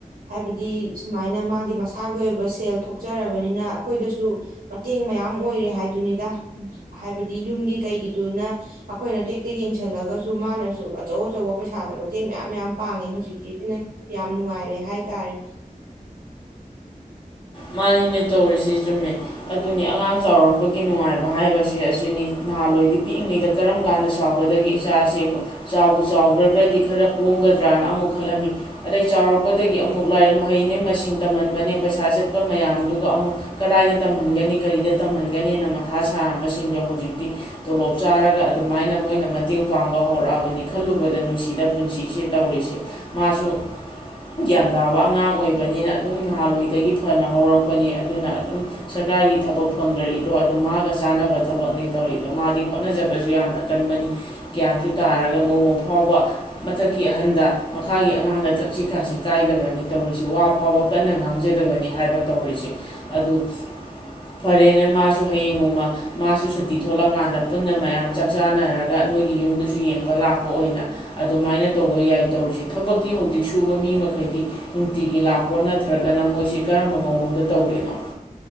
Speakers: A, on the right (about 80°); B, on the left (about 35°).
A: ꯍꯥꯏꯕꯗꯤ ꯁꯨꯃꯥꯏꯅ ꯃꯥꯒꯤ ꯃꯁꯥꯒꯤ ꯑꯣꯏꯕ ꯁꯦꯜ ꯊꯣꯛꯆꯔꯕꯅꯤꯅ ꯑꯩꯈꯣꯏꯗꯁꯨ ꯃꯇꯦꯡ ꯃꯌꯥꯝ ꯑꯣꯏꯔꯦ ꯍꯥꯏꯗꯨꯅꯤꯗ ꯍꯥꯏꯕꯗꯤ ꯌꯨꯝꯒꯤ ꯀꯩꯒꯤꯗꯨꯅ ꯑꯩꯈꯣꯏꯅ ꯇꯦ ꯇꯦꯛ ꯌꯦꯡꯁꯤꯜꯂꯒꯁꯨ ꯃꯥꯅꯁꯨ ꯑꯆꯧ ꯑꯆꯧꯕ ꯄꯩꯁꯥꯗ ꯃꯇꯦꯡ ꯃꯌꯥꯝ ꯌꯥꯝ ꯄꯥꯡꯉꯦ ꯍꯧꯖꯤꯛꯇꯤ ꯑꯗꯨꯅ ꯌꯥꯝ ꯅꯨꯡꯉꯥꯏꯔꯦ ꯍꯥꯏꯇꯥꯔꯦ
B: ꯃꯥꯅꯤꯅꯦ ꯇꯧꯔꯤꯁꯤ ꯆꯨꯝꯃꯦ ꯑꯗꯨꯅꯤ ꯑꯉꯥꯡ ꯆꯥꯎꯔꯛꯄꯒꯤ ꯅꯨꯡꯉꯥꯏꯕ ꯍꯥꯏꯕꯁꯦ ꯑꯁꯤꯅꯤ ꯅꯍꯥꯟꯋꯥꯏꯗꯤ ꯄꯤꯛꯏꯉꯩꯗ ꯀꯔꯝ ꯀꯥꯟꯗ ꯆꯥꯎꯒꯗꯒꯦ ꯏꯆꯥꯁꯤ ꯆꯥꯎꯕ ꯆꯥꯎꯈ꯭ꯔꯒ꯭ꯔꯗꯤ ꯈꯔ ꯀꯣꯝꯒꯗ꯭ꯔꯅ ꯑꯃꯨꯛ ꯈꯜꯂꯝꯃꯤ ꯑꯗꯩ ꯆꯥꯎꯔꯛꯄꯗꯒꯤ ꯑꯃꯨꯛ ꯂꯥꯏꯔꯤꯛ ꯃꯍꯩꯅꯦ ꯃꯁꯤꯡ ꯇꯝꯍꯟꯕꯅꯦ ꯄꯩꯁꯥ ꯈꯣꯄ ꯃꯌꯥꯝꯗꯨꯒ ꯑꯃꯨꯛ ꯀꯗꯥꯏꯗ ꯇꯝꯍꯟꯒꯅꯤ ꯀꯔꯤꯗ ꯇꯝꯍꯟꯒꯅꯤꯅ ꯃꯊꯥ ꯁꯥꯔꯝꯕꯁꯤꯡꯗꯣ ꯍꯧꯖꯤꯛꯇꯤ ꯇꯣꯂꯣꯞ ꯆꯥꯔꯒ ꯑꯗꯨꯃꯥꯏꯅ ꯃꯣꯏꯅ ꯃꯇꯦꯡ ꯄꯥꯡꯕ ꯍꯧꯔꯛꯑꯕꯅꯤ ꯈꯜꯂꯨꯕꯗ ꯅꯨꯡꯁꯤꯗ ꯄꯨꯟꯁꯤꯁꯦ ꯇꯧꯔꯤꯁꯦ ꯃꯥꯁꯨ ꯒ꯭ꯌꯥꯟ ꯇꯥꯕ ꯑꯉꯥꯡ ꯑꯣꯏꯕꯅꯤꯅ ꯑꯗꯨꯝ ꯅꯍꯥꯟꯋꯥꯏꯗꯒꯤ ꯐꯅ ꯍꯧꯔꯛꯄꯅꯤ ꯑꯗꯨꯅ ꯑꯗꯨꯝ ꯁꯔꯀꯥꯔꯒꯤ ꯊꯕꯛ ꯐꯪꯈ꯭ꯔꯤꯗꯣ ꯑꯗꯨꯝ ꯃꯥꯒ ꯆꯥꯅꯕ ꯊꯕꯛꯅꯤ ꯇꯧꯔꯤꯗꯣ ꯃꯥꯗꯤ ꯍꯣꯠꯅꯖꯕꯁꯨ ꯌꯥꯝꯅ ꯀꯟꯕꯅꯤ ꯒ꯭ꯌꯥꯟꯁꯨ ꯇꯥꯔꯒ ꯅꯣꯡꯃ ꯐꯥꯎꯕ ꯃꯊꯛꯀꯤ ꯑꯍꯟꯗ ꯃꯈꯥꯒꯤ ꯑꯉꯥꯡꯗ ꯊꯛꯁꯤ ꯈꯥꯁꯤ ꯀꯥꯏꯗꯕꯅꯤ ꯇꯧꯔꯤꯁꯤ ꯋꯥ ꯐꯥꯎꯕ ꯀꯟꯅ ꯉꯥꯡꯖꯗꯕꯅꯤ ꯍꯥꯏꯕ ꯇꯧꯔꯤꯁꯦ ꯑꯗꯨ ꯐꯔꯦꯅꯦ ꯃꯥꯁꯨ ꯍꯌꯦꯡ ꯅꯣꯡꯃ ꯃꯥꯁꯨ ꯁꯨꯇꯤ ꯊꯣꯛꯣꯂꯛꯀꯥꯟꯗ ꯄꯨꯟꯅ ꯃꯌꯥꯝ ꯆꯥꯛ ꯆꯥꯅꯔꯒ ꯅꯣꯏꯒꯤ ꯌꯨꯝꯗꯨꯁꯨ ꯌꯦꯡꯕ ꯂꯥꯛꯄ ꯑꯣꯏꯅ ꯑꯗꯨꯃꯥꯏꯅ ꯇꯧꯕ ꯌꯥꯏ ꯇꯧꯔꯤꯁꯤꯦ ꯊꯕꯛꯇꯤ ꯍꯧꯖꯤꯛ ꯁꯨꯕ ꯃꯤ ꯃꯈꯩꯗꯤ ꯅꯨꯡꯇꯤꯒꯤ ꯂꯥꯛꯄꯣ ꯅꯠꯇ꯭ꯔꯒꯅ ꯃꯣꯏꯁꯤ ꯀꯔꯝꯕ ꯃꯑꯣꯡꯗ ꯇꯧꯔꯤꯏꯅꯣ